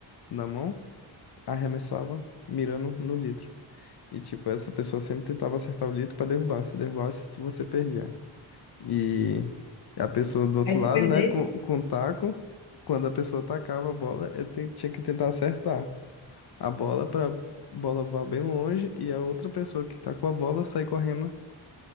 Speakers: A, on the left; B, on the left.
A: na mão, arremessava, mirando no litro. E, tipo, essa pessoa sempre tentava acertar o litro pra derrubar. Se derrubasse, tu- você perdia. E a pessoa do outro
B: Aí se
A: lado,
B: perdesse.
A: né, com, com o taco, quando a pessoa tacava a bola, eu te- tinha que tentar acertar a bola pra bola voar bem longe e a outra pessoa que tá com a bola sair correndo